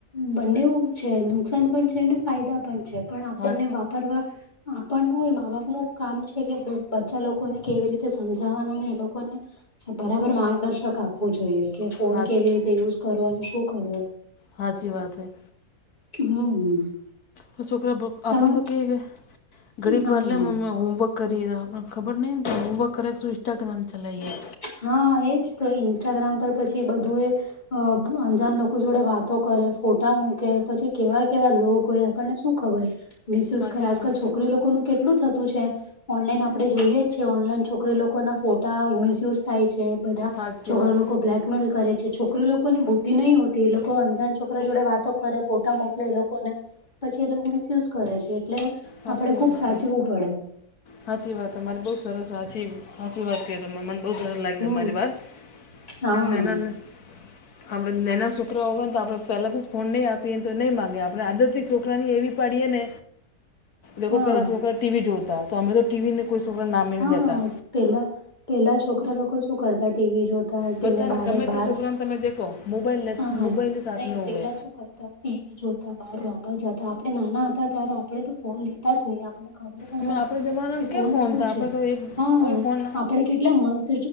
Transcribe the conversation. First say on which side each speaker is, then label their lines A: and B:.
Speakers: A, on the left (about 30°); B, on the left (about 85°).
A: બંનેવ છે નુકસાન પણ છે ને ફાયદા પણ છે. પણ આપણને
B: હા
A: વાપરવા આપણ નુ એ મા બાપનું કામ છે બચ્ચા લોકોને કેવી રીતે સમજાવવાના ને એ લોકોને બરાબર માર્ગદર્શક આપ વું જોઈએ કે ફોન
B: હા
A: કેવી રીતે યુઝ કરવો અને શું કરવો
B: હાચી વાત હૈ.
A: હમ
B: તો છોકરા આપણ
A: તમા
B: તો કેયકે ઘડી ક
A: હા
B: વાર લે મા હોમવર્ક કરીએ આપણને ખબર નહી હોમવર્ક કરે કે ઇન્સ્ટાગ્રામ ચલાવીએ
A: હા એજ તો ઇન્સ્ટાગ્રામ પર પછી બધું એ અ અજાન લોકો જોડે વાતો કરે ફોટા મૂકે પછી કેવા કેવા લોકો હોયા આપણને શું ખબર મિસયુઝ
B: હાચી
A: આજકાલ
B: વાત
A: છોકરી લોકોનું કેટલું થતું છે. ઓનલાઈન આપડે જોઈએ જ છે ઓનલાઈન છોકરી લોકો ના ફોટા મિસયુઝ થાય છે બધા
B: હાચી
A: છોકરા
B: વાત
A: લોકો બ્લેકમેલ કરે છે છોકરી લોકોની બુદ્ધિ નહ હોતી એ લોકો અંજાન છોકરા જોડે વાતો કરે ફોટા મોકલે એ લોકોને પછી એ લોકો મિસયુઝ કરે છે એટલે
B: સાાચી
A: આપડે ખુબ
B: વાત
A: સાચવું
B: છે
A: પડે
B: સાાચી વાત તમારી બહુ સરસ સાચી સાચી વાત કે મને બહુ સર લાગે
A: હમ
B: તમારી વાત
A: હા
B: ના ના ના હવે નાના છોકરાઓ હોય ને તો આપણે પહેલાંથી જ ફોન નહીં આપીએને તો નહીં માંગે આપણે આદતથી છોકરાને એવી પાડીએ ને દેખો
A: હા
B: પહેલાં છોકરા ટીવી જોતા તો હમે તો ટીવીને કોઈ <unintelligible> નામેહી
A: હા
B: લેતા
A: પેલા પેલા છોકરા લોકો શું કરતા ટીવી જો તા
B: બધાને
A: તેને બારે
B: ગમે
A: બાર
B: તે છોકરાને તમે દેખો મોબાઈલ લે
A: હા
B: મોબાઈલ સાથમે
A: નહી
B: હોવે
A: પેલા શું કરતા ટીવી જોતા બહાર રમવા જતા આપડણે નાના હતા ત્યારે આપણેે તો ફોન લેતા જ નહીં આપણે <unintelligible>
B: અમે આપણે જમાનામાં
A: ફોન
B: ક્યાં
A: શું
B: હતા આપણે
A: છે,
B: કોઈ એક
A: હ
B: કોઈ ફોન
A: આપ કેટલા મસ્ત